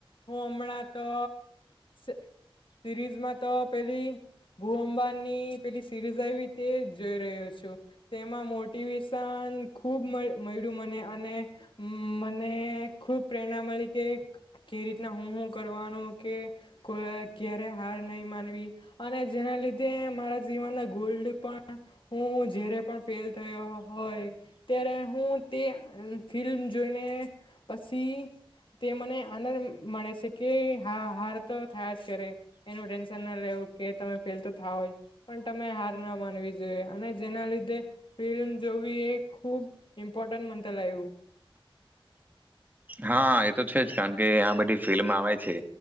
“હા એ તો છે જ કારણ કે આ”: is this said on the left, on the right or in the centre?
Right